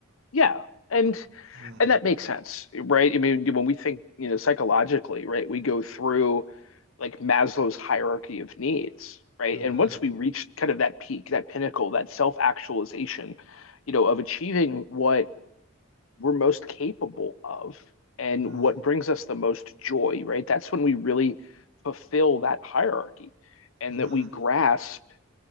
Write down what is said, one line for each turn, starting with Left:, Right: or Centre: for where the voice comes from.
Left: yeah. And
Right: Mm,
Left: and that makes sense, right? I mean, when we think, you know, psychologically, right, we go through like Maslow's hierarchy of needs, right?
Right: mm-hmm,
Left: And once we reach kind of that peak, that pinnacle, that self-actualization, you know, of achieving what we're most capable of and
Right: mm,
Left: what brings us the most joy, right? That's when we really fulfill that hierarchy and
Right: mm-hmm,
Left: that we grasp